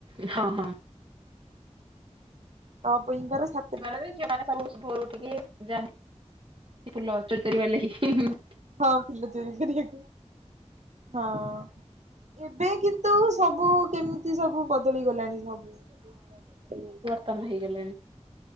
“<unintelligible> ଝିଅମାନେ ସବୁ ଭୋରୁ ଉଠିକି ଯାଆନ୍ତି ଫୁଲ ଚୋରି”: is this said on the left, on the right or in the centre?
Right